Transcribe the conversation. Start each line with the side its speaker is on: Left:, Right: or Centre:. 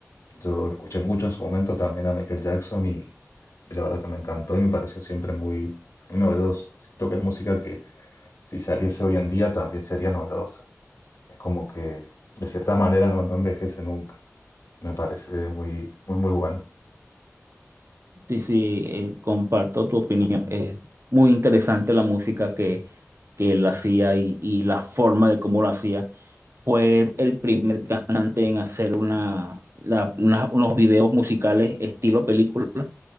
Left: Yo lo escuché mucho en su momento también a Michael Jackson y, y la verdad que me encantó y me pareció siempre muy, muy novedoso. Siento que es música que si saliese hoy en día también sería novedosa. Es como que de cierta manera no, no envejece nunca. Me parece muy, muy, muy bueno.
Right: Sí, sí, eh, comparto tu opinión. Es muy interesante la música que, que él hacía y, y la forma de cómo lo hacía. Fue el primer cantante en hacer una, la- una- unos videos musicales estilo película,